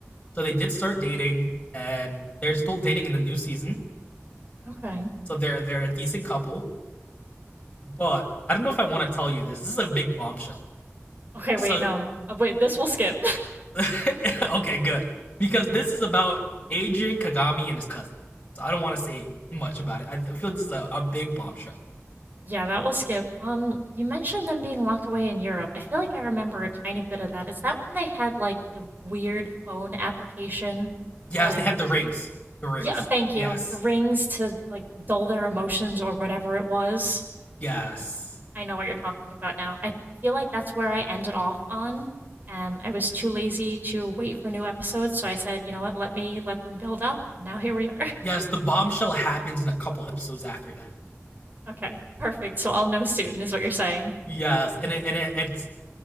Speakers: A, on the left (about 25°); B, on the right (about 40°).
A: So they did start dating, and they're still dating in the new season.
B: Okay.
A: So they're they're a decent couple. But I don't know if I want to tell you this. This is a big bombshell.
B: Okay.
A: So
B: Wait. No. Uh, wait. This will skip.
A: <laughs> okay, good because this is about Agent Kagami and his cousin. So I don't want to say much about it. I feel like this is a, a big bombshell.
B: <laughs> yeah, that will skip. Um, you mentioned them being locked away in Europe. I feel like I remember a tiny bit of that. Is that when they had like the weird phone application?
A: Yes,
B: But like,
A: they had the rings. The rings.
B: yeah. Thank
A: Yes.
B: you. The rings to like dull their emotions or whatever it was.
A: Yes.
B: Okay. I know what you're talking about now. I feel like that's where I ended off on, and I was too lazy to wait for new episodes, so I said, "You know what? Let me let them build up." And now here we are. <laughs>
A: Yes, the bombshell happens in a couple episodes after that.
B: Okay. Perfect. So I'll know soon is what you're saying.
A: Yes, and it, and it, it's